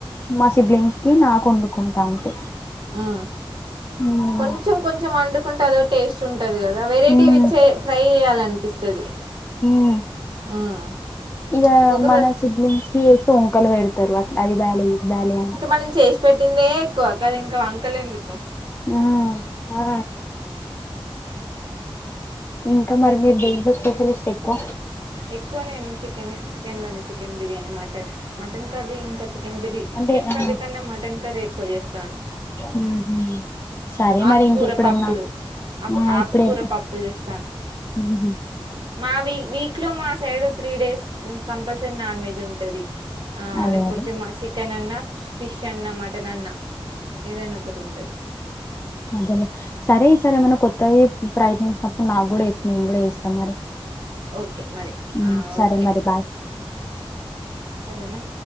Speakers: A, on the left; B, on the right.
A: మా సిబ్లింగ్స్కి నాకు వండుకుంటా అంతే
B: హు
A: మ్మ్
B: కొంచం కొంచం వండుకుంటే అదో టేస్ట్ ఉంట టదు కదా వెరైటీ
A: మ్మ్
B: విచ్చే ట్రై చేయాలనిపిస్తది
A: హు
B: ఉమ్
A: ఇగా
B: ఒక్కొక్కసారి
A: మన సిడ్లింగ్స్ టొంకలు పెడతారు అట్లా అది బాలే ఇది బాలే అని
B: ఇంకా మనం చేసి పెట్టిందే ఎక్కువ కది ఇంకా వంకలేందుకు
A: ఆ ఆ ఇంకా మరి మీరదేంట్లో స్పెషలిస్ట్ ఎక్కువ
B: ఎక్కువ నేను చికెనే చికెన్ లోనే chicken biryani mutton mutton curry ఇంకా కెన్ బిడి
A: అంటే
B: చికెన్
A: ఆ
B: కర్రీ కన్నా మటన్ కర్రీ ఎక్కువ చేస్తాను
A: ఉహు సరే
B: ఆకుకూర
A: మరి ఇంకెప్పుడన్నా
B: పప్పులు ఆక్
A: ఆ
B: ఆకుకూర
A: ఇప్పుడే
B: పప్పులు చేస్తాను
A: ఉహు
B: మావి వీక్ లో మా side three days compulsory non veg ఉంటది ఆ
A: అదే
B: లేకపోతే
A: అదే
B: మా చికెన్ అన్న ఫిష్ అన్న మటన్ అన్న ఏదైనా ఒకటుటది
A: అదేే సరే ఈ సరే ఏమన్నా కొత్తవి ప్రయత్నించినప్పుడు నాకు కూడాడు నేను కూడా చేస్తాం మరి
B: ఓకే మరి
A: ఉమ్ సరే
B: ఓకే
A: మరి బాయ్
B: సరేనా